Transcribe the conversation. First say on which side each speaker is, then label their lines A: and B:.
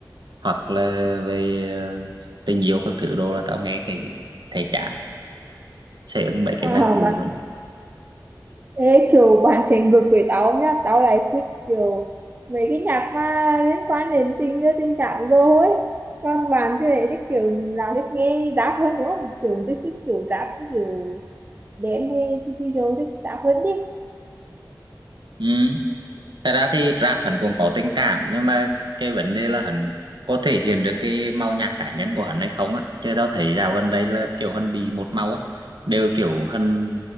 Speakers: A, on the right; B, on the right.
A: hoặc là về ờ, tình yêu các thứ đồ là tao nghe thì thấy chán sẽ ứng mấy
B: Ờ,
A: cái bài cũ
B: mà
A: hơn
B: ê, kiểu bạn sẽ ngược với tao nhá tao lại thích kiểu mấy cái nhạc mà liên quan đến tình yêu tình cảm rồi ấy còn bạn thì lại thích kiểu là thích nghe rap hơn đúng không kiểu thích thích kiểu rap cái kiểu đen hay thì thì thích rap hơn đi
A: ừ Thật ra thì rap hắn cũng có tình cảm nhưng mà cái vấn đề là hắn có thể hiện được cái màu nhạc cá nhân của hắn hay không á. Chứ tao thấy dạo gần đây là kiểu hắn bị một màu á, đều kiểu hắn